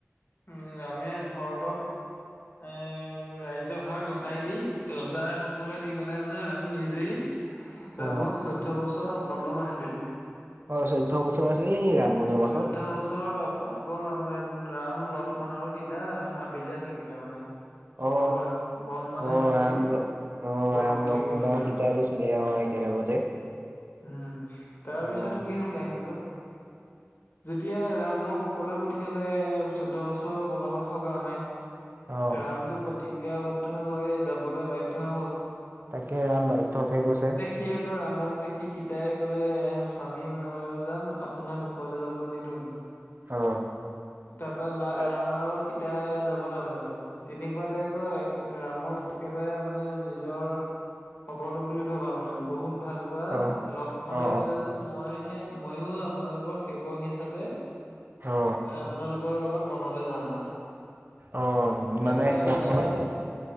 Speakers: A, on the left; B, on the right.
A: উম ৰামে ভৰৰতক এ ৰাজ্যভাৰ গতাই দি ৰজাই হবলৈ দি পেলাই মানে ৰাম নিজেই
B: অ
A: ৰামক চৈধ্য বছৰ বন্দ মাহ দিলে।
B: অ চৈধ্য বছৰ আছিল নেকি ৰাম বনবাসত
A: চৈধ্য বছৰ অকল আম ৰাম লক্ষ্মণ আৰু সিদা হাবিতা থাকিলে মানে। বনবাস
B: অ অ
A: বন মানে
B: অ
A: হাবি।
B: ৰাম অ'
A: বনত
B: ৰাম
A: থাকিবলগীয়া
B: লক্ষ্মণৰ সীতা
A: হ'ল
B: কছিলে অ' একেলগতে
A: উম তাৰপিছত
B: অ
A: কি হ'ল কাহিনটো যেতিয়া ৰামক অকলে পঠিয়ালে চৈধ্য বছৰ বনবাসৰ কাৰণে
B: অ
A: ৰামটো প্ৰতিজ্ঞাবদ্ধ হৈ যাবলৈ বাধ্য হল
B: তাকে ৰাম বাইধ্যত হে গৈছে
A: সি আকৌ ৰামক দেখি সীতাই গ'লে স্বামী ময়ো যাম আপোনাক অকলে যাব নিদিওঁ
B: অ
A: তাৰপৰা
B: অ
A: ৰাম আৰু সীতা যাবলৈ ওলালে তেনেকুৱাতে আকৌ ৰামক একেবাৰে মানে নিজৰ সকলো বুলি ভবা মানে বহুত ভাল পোৱা
B: অ
A: লক্ষ্মণে
B: অ
A: ক'লে যে মইহে ময়ো আপোনালোকৰ সেৱক হিচাপে
B: অ অ
A: আপোনালোকৰ লগত বনলে যাম মানে
B: অ',
A: তাৰপা
B: মানে লক্ষ্মণে
A: ৰামে